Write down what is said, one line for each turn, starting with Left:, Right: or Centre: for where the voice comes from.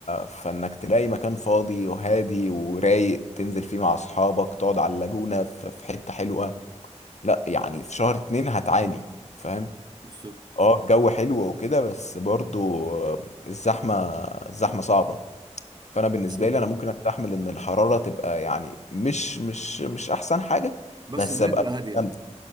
Left: فانك تلاقي مكان فاضي وهادي ورايق تنزل فيه مع اصحابك تقعد على اللاجونة في في حتة حلوة لا يعني في شهر اتنين هتعاني فاهم
Right: بالظبط
Left: اه الجو حلو وكده بس برضو الزحمة الزحمة صعبة فانا بالنسبة
Right: بس
Left: لي انا ممكن استحمل ان الحرارة تبقى يعني مش مش مش احسن حاجة
Right: بس
Left: بس
Right: الدنيا
Left: ابقى
Right: تبقى
Left: مستمتع
Right: هادية